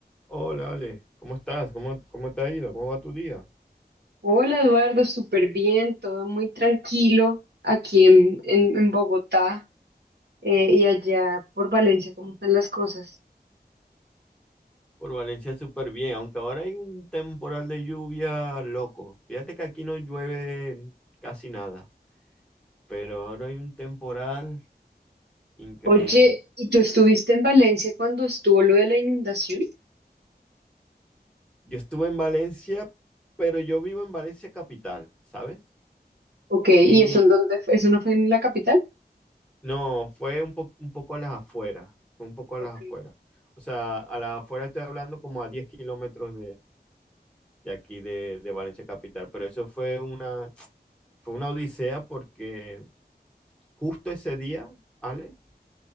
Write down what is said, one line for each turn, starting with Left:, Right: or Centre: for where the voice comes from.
Centre: Hola, Ale, ¿cómo estás? ¿Cómo, cómo te ha ido? ¿Cómo va tu día?
Right: Hola Eduardo, súper bien, todo muy tranquilo aquí en, en, en Bogotá eh, y allá por Valencia, ¿cómo están las cosas?
Centre: Por Valencia súper bien, aunque ahora hay un temporal de lluvia loco. Fíjate que aquí no llueve casi nada, pero ahora hay un temporal increíble.
Right: Oye, ¿y tú estuviste en Valencia cuando estuvo lo de la inundación?
Centre: Yo estuve en Valencia, pero yo vivo en Valencia capital, ¿sabes?
Right: Ok, ¿y
Centre: Y
Right: eso en dónde fue? ¿Eso no fue en la capital?
Centre: no, fue un po- un poco a las afueras, fue un poco
Right: Ok.
Centre: a las afueras. O sea, a las afueras estoy hablando como a 10 kilómetros de aquí de, de Valencia Capital. Pero eso fue una, fue una odisea porque justo ese día, Ale,